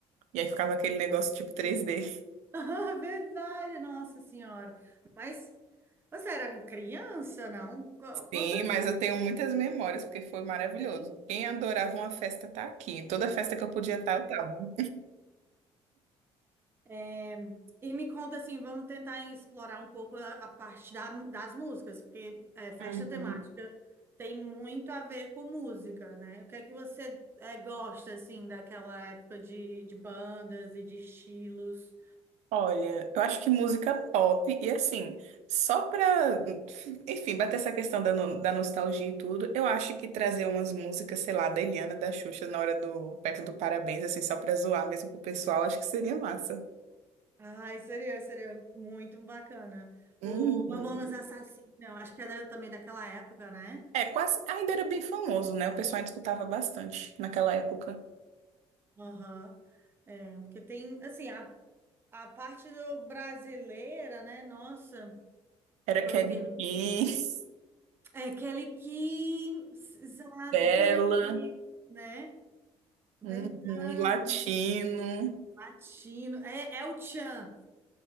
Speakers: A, on the right (about 80°); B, on the right (about 20°).
A: E aí ficava aquele negócio tipo 3D.
B: Sim. <laughs> Verdade, nossa senhora. Mas você era criança, não? Qu- Quantos
A: Sim,
B: anos
A: mas eu tenho muitas memórias, porque foi maravilhoso.
B: você tem?
A: Quem adorava uma festa tá aqui. Toda festa que eu podia estar, eu tava.
B: É, e me conta assim, vamos tentar explorar um pouco a, a parte da- das músicas, porque é, festa
A: Uhum.
B: temática tem muito a ver com música, né? O que é que você é, gosta assim daquela época de, de bandas e de estilos?
A: Olha, eu acho que música pop, e assim, só pra, enfim, bater essa questão da, no- da nostalgia e tudo, eu acho que trazer umas músicas, sei lá, da Eliana, da Xuxa, na hora do, perto do Parabéns, assim, só pra zoar mesmo pro pessoal, acho que seria massa.
B: Ai, seria, seria muito bacana.
A: Uhum.
B: O Mamonas Assassina, eu acho que é da- também daquela época, né?
A: É, quase, ainda era bem famoso, né? O pessoal ainda escutava bastante naquela época.
B: Aham. É, porque tem, assim, a, a parte do brasileira, né? Nossa,
A: Era
B: foi
A: Kelly
B: o quê?
A: Kiss,
B: É aquele que, exato,
A: Bella,
B: bem, né? Verdade,
A: uhum, Latino.
B: menino. Latino. É, é o Tchan.